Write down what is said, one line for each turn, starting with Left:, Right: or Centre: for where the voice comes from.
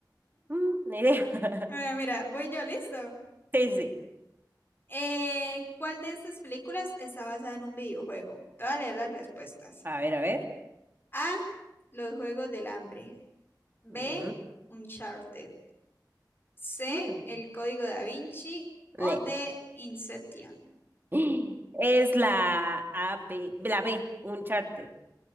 Right: mm, ni idea. <laughs>
Left: Bueno, mira, voy yo, listo.
Right: Sí, sí.
Left: Eh, ¿cuál de estas películas está basada en un videojuego? Te voy a leer las respuestas.
Right: A ver, a ver.
Left: A. Los Juegos del Hambre. B.
Right: Mm,
Left: Uncharted. C,
Right: mm,
Left: El Código Da Vinci o
Right: ne.
Left: de Inception.
Right: <gasps> Es la A, B, la B, Uncharted.